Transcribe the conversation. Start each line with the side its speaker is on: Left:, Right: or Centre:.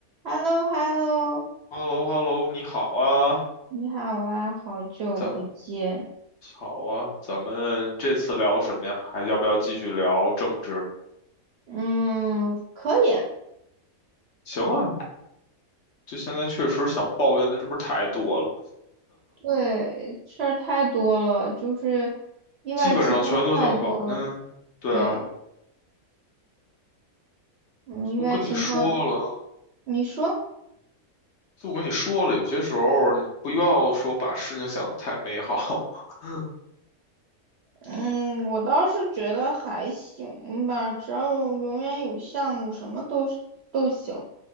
Right: h e l l o h e l l o
Left: h e l l o h e l l o 你好啊，
Right: 你好啊，好久不见。
Left: 咱好啊，咱们这次聊什么呀？还要不要继续聊政治？
Right: 嗯，可以。
Left: 行啊，就现在确实想抱怨的是不是太多了？
Right: 对，事儿太多了，就是意外情况太多了。
Left: 基本上全都想抱。那对啊，
Right: 对，嗯，意外情况，
Left: 都跟你说了，
Right: 你说？
Left: 就我跟你说了，有些时候你不要说把事情想得太美好。<laughs>
Right: 嗯，我倒是觉得还行吧，只要有永远有项目，什么都是都行。